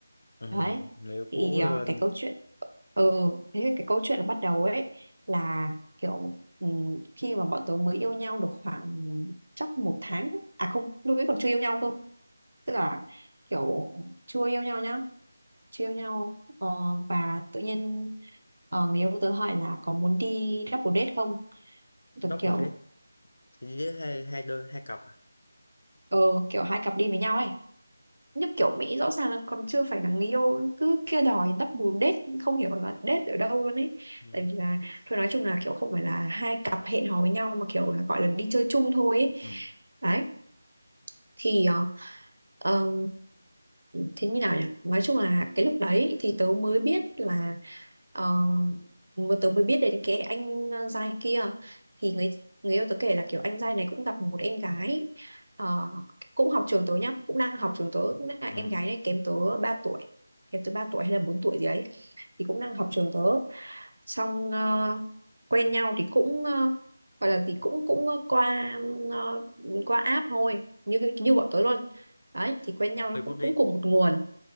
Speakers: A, on the left; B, on the right.
A: Ừ.
B: đấy
A: Người yêu
B: thì
A: cũ
B: ờ,
A: luôn
B: cái câu chuyện ừ thế thì cái câu chuyện nó bắt đầu ấy là kiểu ừm, khi mà bọn tớ mới yêu nhau được khoảng chắc một tháng à không lúc ấy còn chưa yêu nhau cơ tức là kiểu chưa yêu nhau nhá chưa yêu nhau ờ, và tự nhiên ờ, người yêu tớ hỏi là có muốn đi double date không tớ
A: Double
B: kiểu
A: date Chỉ date hai, hai đôi, hai cặp à?
B: ờ kiểu hai cặp đi với nhau ấy như kiểu Mỹ rõ ràng là còn chưa phải là người yêu cứ kia đòi đắp bù date không hiểu là date ở đâu luôn ấy
A: Ừ.
B: tại vì là thôi nói chung là kiểu không phải là hai cặp hẹn hò với nhau mà kiểu là gọi là đi chơi chung thôi ấy.
A: ừ
B: đấy thì ờ, Ờ, thế như nào nhỉ nói chung là cái lúc đấy thì tớ mới biết là ờ, mà tớ mới biết đến cái anh ờ, giai kia thì người người yêu tớ kể là kiểu anh giai này cũng gặp một em gái ờ, cũng học trường tớ nhá cũng đang học trường tớ cũng là
A: ừ
B: em gái này kém tớ ba tuổi kém tớ 3 tuổi hay là 4 tuổi gì đấy thì cũng đang học trường tớ xong ờ, quen nhau thì cũng ờ, gọi là gì cũng cũng ờ, qua ờ, qua app thôi như như bọn tớ luôn đấy thì quen nhau nó
A: Facebook
B: cũng
A: date
B: cũng cùng một nguồn